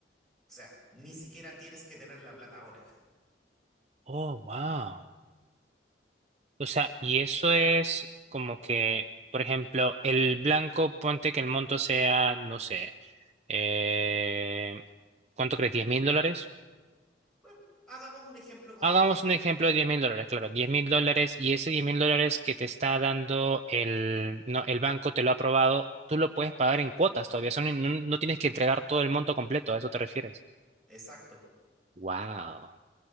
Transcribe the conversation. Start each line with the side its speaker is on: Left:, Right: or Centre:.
Centre: O sea, ni siquiera tienes que tener la plata ahora.
Right: Oh, wow. O sea, y eso es como que, por ejemplo, el blanco, ponte que el monto sea, no sé, eh, ¿cuánto crees? Diez mil dólares?
Centre: Bueno, hagamos un ejemplo con
Right: Hagamos
Centre: diez mil dólares.
Right: un ejemplo de diez mil dólares, claro, diez mil dólares y ese diez mil dólares que te está dando el, no, el banco, te lo ha aprobado, tú lo puedes pagar en cuotas todavía, eso no, no- no tienes que entregar todo el monto completo, ¿a eso te refieres?
Centre: Exacto.
Right: Wow.